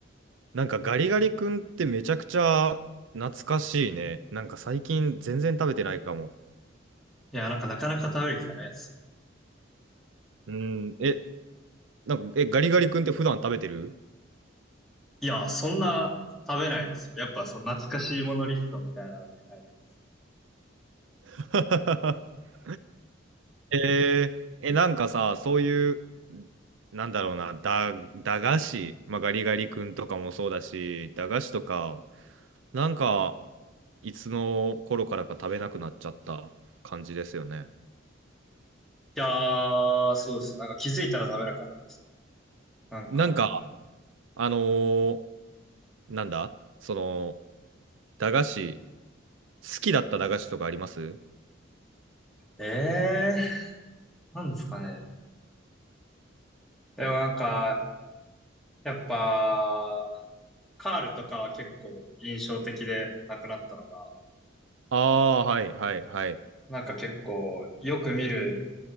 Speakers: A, on the right (about 80°); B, in the centre.
A: なんかガリガリ君ってめちゃくちゃ懐かしいね。なんか最近全然食べてないかも。
B: いや、なんかなかなか食べる機会ないですよね。
A: うん、え、なんか、え、ガリガリ君って普段食べてる
B: いや、そんな食べないですよ。やっぱ、その懐かしいものリストみたいなのに入ります。
A: <laughs> えー、え、なんかさ、そういう、なんだろうな、だ、駄菓子、まあ、ガリガリ君とかもそうだし、駄菓子とか、なんか、いつの頃からか食べなくなっちゃった感じですよね。
B: いやー、そうですね。なんか気づいたら食べなかったですよね。なんか、
A: なんか、あのーなんだその、駄菓子、好きだった駄菓子とかあります
B: えー、なんですかね。でもなんか、やっぱ、カールとかは結構印象的でなくなったのが、
A: ああー、はいはいはい。
B: なんか結構よく見る